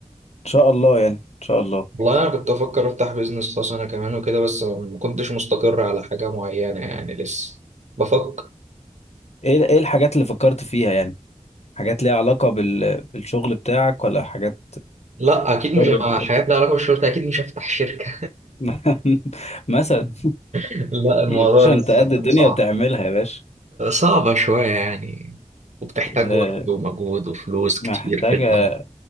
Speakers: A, on the left (about 60°); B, on the right (about 70°).
A: شاء الله يعني ان شاء الله
B: والله انا كنت بفكر افتح بيزنس خاص انا كمان وكده بس ما كنتش مستقر على حاجة معينة يعني لسه بفكر
A: ايه ايه الحاجات اللي فكرت فيها يعني حاجات ليها علاقة بال... بالشغل بتاعك ولا حاجات
B: لا اكيد مش
A: بره
B: مع حاجات لها علاقة بالشرطة اكيد مش هفتح شركة
A: <laughs> مثلا
B: <laughs> لا الموضوع
A: يا باشا
B: لسه
A: انت قد الدنيا
B: صعب
A: وتعملها يا باشا
B: صعبة شوية يعني وبتحتاج
A: آه،
B: وقت ومجهود وفلوس
A: محتاجة
B: كتير في الأول